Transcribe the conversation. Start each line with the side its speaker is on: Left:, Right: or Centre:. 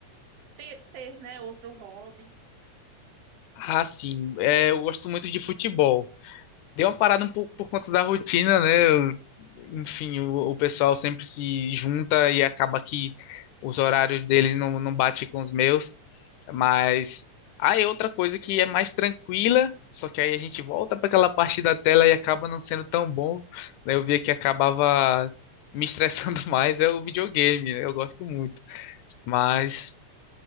Right: ter, ter, né, outro hobby?
Left: Ah, sim. É, eu gosto muito de futebol. Deu uma parada um pouco por conta da rotina, né? Eu- enfim, o, o pessoal sempre se junta e acaba que os horários deles não, não batem com os meus. Mas aí é outra coisa que é mais tranquila, só que aí a gente volta para aquela parte da tela e acaba não sendo tão bom, né? Eu via que acabava me estressando <laughs> mais, é o videogame, né? Eu gosto muito. Mas